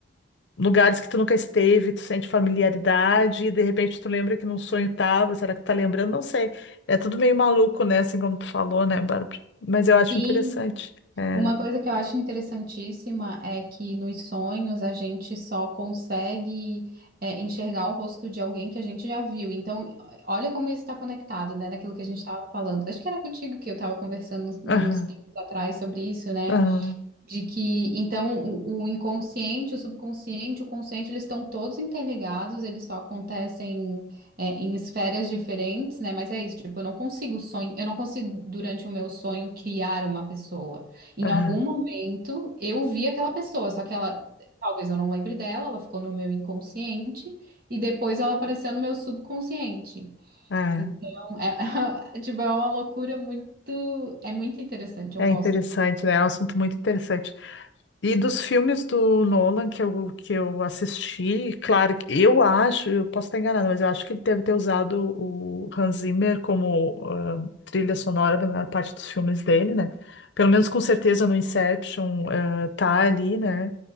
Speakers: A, on the left; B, on the right.
A: lugares que tu nunca esteve, tu sente familiaridade, e de repente tu lembra que num sonho tava, será que tu tá lembrando? Não sei. É tudo meio maluco, né? Assim como tu falou, né, Bárbara? Mas eu acho
B: Sim,
A: interessante. É.
B: uma coisa que eu acho interessantíssima é que nos sonhos a gente só consegue é, enxergar o rosto de alguém que a gente já viu. Então, olha como isso está conectado, né, naquilo que a gente estava falando. Acho que era contigo que eu estava conversando uns uns
A: Aham,
B: tempos atrás sobre isso, né?
A: aham,
B: De que, então, o, o inconsciente, o subconsciente, o consciente, eles estão todos interligados, eles só acontecem, é, em esferas diferentes, né? Mas é isso, tipo, eu não consigo sonho, eu não consigo, durante o meu sonho, criar uma pessoa. Em
A: aham.
B: algum momento, eu vi aquela pessoa, só que ela, talvez eu não lembre dela, ela ficou no meu inconsciente, e depois ela apareceu no meu subconsciente.
A: É, é.
B: Então, é, <laughs> tipo, é uma loucura muito, é muito interessante, eu
A: É
B: gosto.
A: interessante, né? É um assunto muito interessante. E dos filmes do Nolan que eu, que eu assisti, claro, que eu acho, eu posso estar enganada, mas eu acho que ele deve ter usado o Hans Zimmer como ah, trilha sonora da maior parte dos filmes dele, né? Pelo menos com certeza no Inception ah, tá ali, né?